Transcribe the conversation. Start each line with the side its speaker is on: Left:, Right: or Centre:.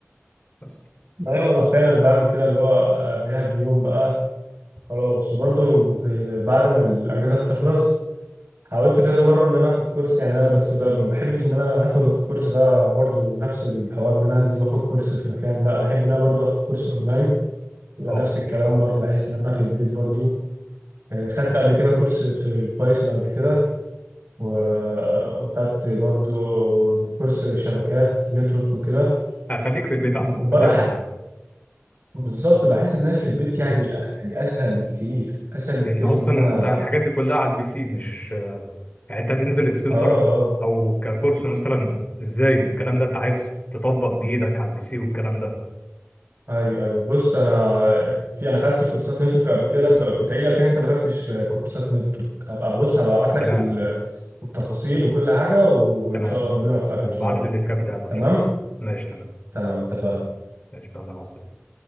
Left: بس
Right: أيوة أنا فعلا بعمل كده اللي هو قبلها بيوم بقى خلاص وبرضه في بعد ما الأجازة بتخلص حاولت كذا مره ان انا اخد كورس يعني انا بس ب- ما بحبش ان انا اخد الكورس ده برضو نفس الحوار ان انا انزل واخد كورس في مكان لا بحب ان انا برضو اخد كورس اونلاين يبقى
Left: أه
Right: نفس الكلام
Left: تمام
Right: برضو بحس ان انا في البيت برضو آه، خدت قبل كده كورس في البايثون قبل كده و- وخدت برضو كورس شبكات نتورك وكده
Left: هخليك في البيت أحسن
Right: وبرا
Left: خليها أونلاين
Right: بالظبط بحس ان انا في البيت يعني يعني اسهل بكتير اسهل بكتير
Left: لان اصلا
Right: من ان انا
Left: انت الحاجات دي كلها على البي سي مش يعني انت هتنزل السنتر
Right: اه اه
Left: او ككورس مثلا ازاي والكلام ده انت عايز تطبق بايدك على البي سي والكلام ده
Right: ايوه ايوه بص انا في انا خدت كورسات نتورك قبل كده انت كنت قايل لو كان انت ما خدتش كورسات نتورك هبقى بص هبقى ابعت لك
Left: تمام
Right: ال- التفاصيل وكل حاجه وان
Left: تمام
Right: شاء الله ربنا يوفقك
Left: وابعت
Right: ان شاء الله
Left: لي اللينكات بتاعتها
Right: تمام
Left: ان شاء الله ماشي تمام
Right: تمام اتفقنا
Left: ماشي يلا مع السلامه